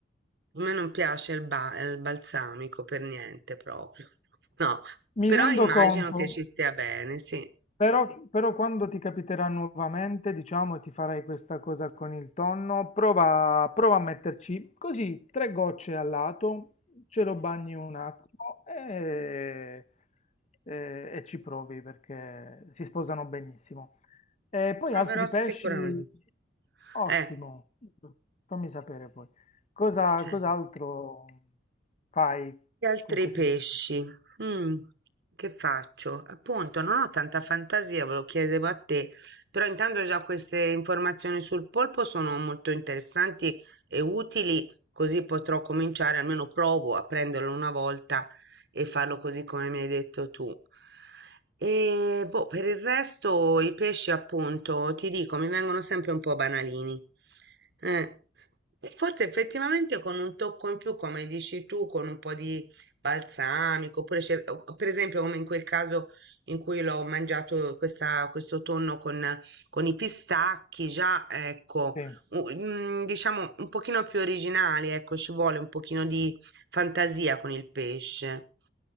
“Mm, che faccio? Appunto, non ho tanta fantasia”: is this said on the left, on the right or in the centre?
Right